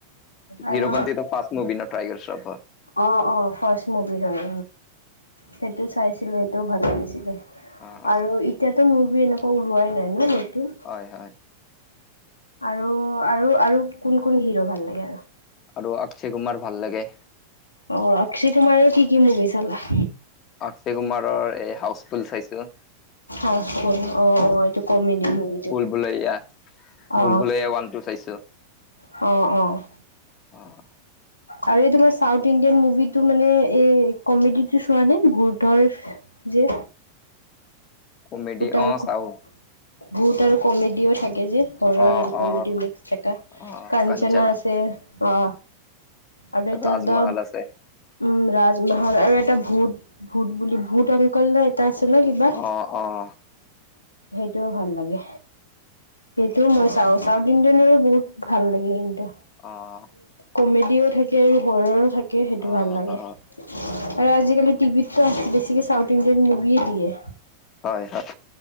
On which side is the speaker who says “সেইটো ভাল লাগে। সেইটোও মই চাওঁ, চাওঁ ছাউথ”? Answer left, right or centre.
Left